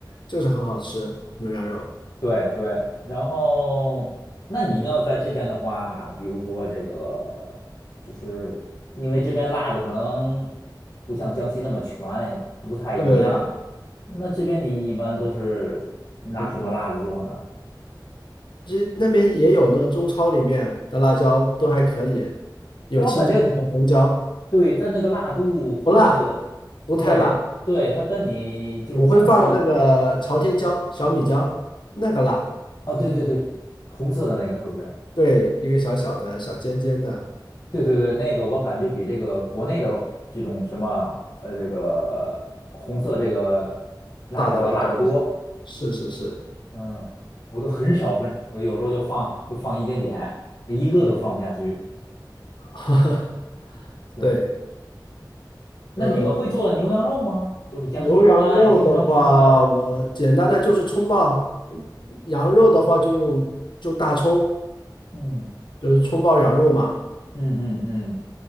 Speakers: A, on the left; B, on the left.
A: 就是很好吃牛羊肉。
B: 对对，然后那你要在这边的话，比如说这个，就是因为这边辣子可能不像江西那么全，也不太一样。
A: 对，
B: 那这边你一般都是拿什么辣子做呢？
A: 我其实那边也有那个中超里面的辣椒都还可以，有青椒和红椒，
B: 但我感觉，对，但那个辣度和那个，
A: 不辣，不太辣。
B: 对对，它跟你就是江西。
A: 我会放那个朝天椒、小米椒，那个辣，
B: 啊，对对对，红色的那个是不是？
A: 对，一个小小的小尖尖的
B: 对对对，那个我感觉比这个国内的这种什么呃，这个红色这个辣椒要辣得多。
A: 大的辣椒的，是是是，
B: 嗯，我都很少很，我有时候就放就放一点点，一个都放不下去。
A: <laughs>
B: 对，
A: 对。
B: 那你们会做牛羊肉吗？
A: 呃
B: 就是江西他们爱经常吃牛羊肉吗？
A: 牛羊肉的话，我简单的就是葱爆；羊肉的话，就用就大葱，
B: 嗯
A: 就是葱爆羊肉嘛。
B: 嗯嗯嗯，